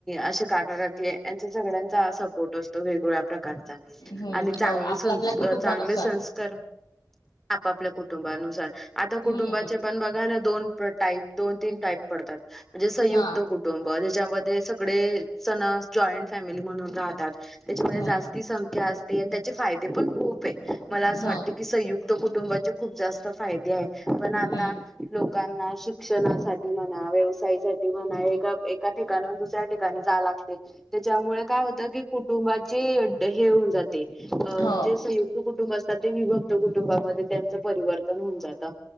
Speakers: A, in the centre; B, on the left.
A: असे काका काकी यांचा सगळ्यांचा सपोर्ट असतो. वेगवेगळ्या प्रकार...
B: हम्म
A: आणि चांगले
B: हो आपल्या
A: सं
B: आपल्या कुटुंबानुसार
A: चांगले संस्कार.. आपापल्या कुटुंबानुसार... आता कुटुंबाचे
B: हम्म
A: पण बघा ना दोन टाईप दोन तीन टाईप पडतात म्हणजे संयुक्त....
B: हा
A: कुटुंब ज्याच्यामध्ये सगळे सणस जॉईंट फॅमिली म्हणून राहतात.... त्याच्यामध्ये
B: हम्म
A: जास्ती संख्या असते आणि त्याचे फायदे पण खूप आहे मला असं
B: हो
A: वाटत..... संयुक्त कुटुंबाचे... खूप जास्त फायदे आहे. पण आता
B: हम्म
A: लोकांना शिक्षणासाठी म्हणा व्यवसायासाठी नाही ए एका ठिकाण दुसऱ्या.... ठिका जा लागते त्याच्यामुळे काय होतं कि कुटुंबाची हे होऊन जाते.... जे
B: हो
A: संयुक्त कुटुंब... ते विभक्त कुटुंबामध्ये त्यांचं परिवर्तन होऊन जातं....